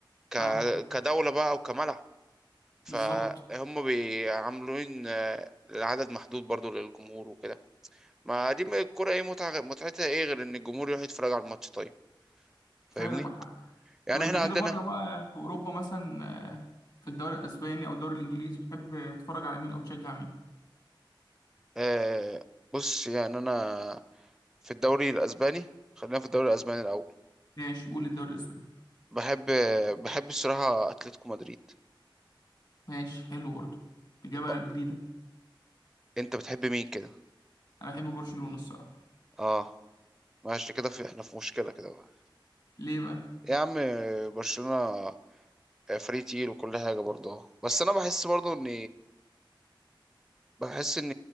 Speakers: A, in the centre; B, on the left (about 50°).
A: ك...
B: اه
A: كدولة بقى وكملعب فهم
B: بالظبط
A: بيعاملين آه، العدد محدود برضو للجمهور وكده ما دي الكرة ايه متعة متعتها ايه غير ان الجمهور يروح يتفرج على الماتش طيب فاهمني
B: فعلا معاك حق
A: يعني
B: طب انت
A: احنا
B: كده
A: عندنا
B: بره بقى في اوروبا مثلا آه، في الدوري الاسباني او الدوري الانجليزي بتحب تتفرج على مين او تشجع مين
A: آه بص يعني انا في الدوري الاسباني خلينا في الدوري الاسباني الاول
B: ماشي قول الدوري الاسباني
A: بحب بحب الصراحة اتلتيكو مدريد
B: ماشي حلو برضه اجابه
A: آه،
B: جديده
A: انت بتحب مين كده
B: انا بحب برشلونه الصراحه
A: اه ماشي كده في احنا في مشكله كده بقى
B: ليه بقى
A: يا عم برشلونه فري تيل وكل حاجه برضه أهو. بس انا بحس برضه ان بحس ان